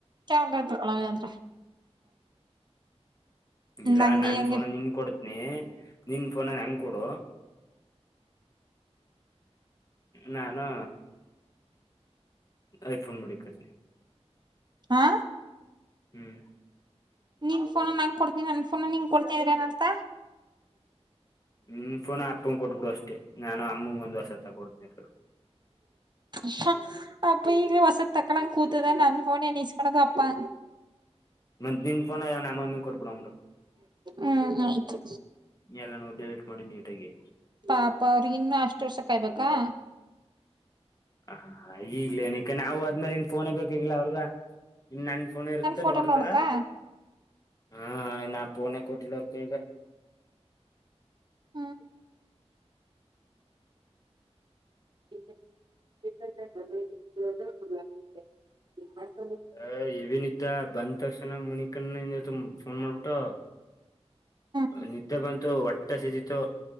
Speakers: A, on the right; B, on the left.
A: ಕ್ಯಾಮೆರಾ ತಗೋ <unintelligible> ಆದ್ರ.
B: ಇಲ್ಲ
A: ನಂಗ
B: ನನ್
A: ನೀ ಹಂಗೆ
B: ಫೋನ ನಿನ್ ಕೊಡ್ತನಿ ನಿನ್ ಫೋನ ನಂಗ ಕೊಡು. ನಾನು ಐಫೋನ್ ಮಾಡಿಕತನಿ.
A: ಹಾ
B: ಹ್ಮ್
A: ನಿನ್ ಫೋನ್ ನಂಗ ಕೊಡ್ತೀನಿ ನನ್ ಫೋನ್ ನಿಂಗ ಕೊಡ್ತಿದ್ರೆ ಏನರ್ತಾ.
B: ನಿನ್ ಫೋನು ಅಪ್ಪಂಗ ಕೊಟ್ಬಿಡು ಅಷ್ಟೇ ನಾನು ಅಮ್ಮಂಗ ಒಂದ ಹೊಸ ತಗೊಂಡ್ತೀನಿ.
A: ಷ <unintelligible> ಅಪ್ಪ ಈಗ್ಲೇ ಹೊಸ ತಕ್ಕಳಂಗ ಕೂತದ ನನ್ ಫೋನೆನ್ ಇಸ್ಕೊಡದ ಅಪ್ಪಾ.
B: ಮತ್ತ ನಿನ್ ಪೋನ್ ನಮಮ್ಮಿಗ ಕೊಟ್ಬಿಡು ಅಂದುರ.
A: ಹ್ಮ್ ಆಯ್ತು.
B: ಎಲ್ಲನು ಡಿಲೀಟ್ ಮಾಡಿ ನೀಟಾಗಿ.
A: ಪಾಪ ಅವ್ರಿಗ ಇನ್ನು ಅಷ್ಟು ವರ್ಷ ಕಾಯ್ಬೇಕಾ.
B: ಹ ಈಗ್ಲೇ ನಿಖನ ನಾವು ಹೋದ್ಮೇಲೆ ಇನ್ ಫೋನೇ ಬೇಕಾಗಿಲ್ಲ ಅವ್ರಗ. ಇನ್ ನನ್ ಫೋನ್ ಇರುತ್ತ
A: ನನ್ ಫೋಟೋ
B: ನೋಡ್ತರ
A: ನೋಡ್ತಾ
B: ಹ ನಾ ಫೋನೆ ಕೊಟ್ಟಿಲ್ಲ ಅವ್ರ್ ಕೈಗಾ.
A: ಹ್ಮ್ <unintelligible>
B: ಅ ಹೆವಿ ನಿದ್ದೆ ಬಂದ್ ತಕ್ಷಣ ಮುನಿಕಣ್ಣಿಂದತ್ತು ಫೋನ್ ಮಾಡ್ಬಿಟ್ಟು.
A: ಹ್ಮ್
B: ನಿದ್ದೆ ಬಂತು ಹೊಟ್ಟೆ ಹಸದಿತು